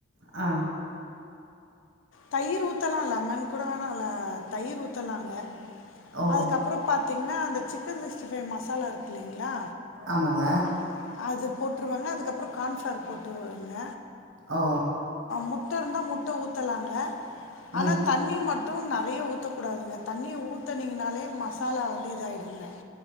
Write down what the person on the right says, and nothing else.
அ
ஓ
ஆமாங்க
ஓ
ம்